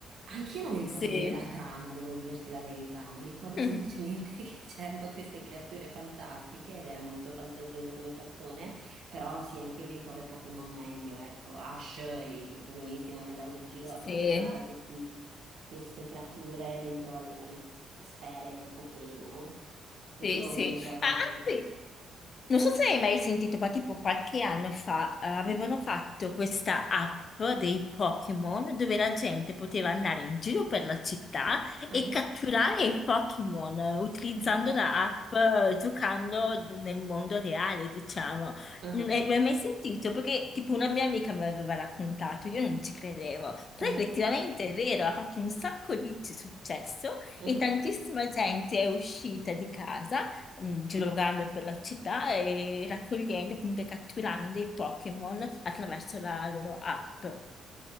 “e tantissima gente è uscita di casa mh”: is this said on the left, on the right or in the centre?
Left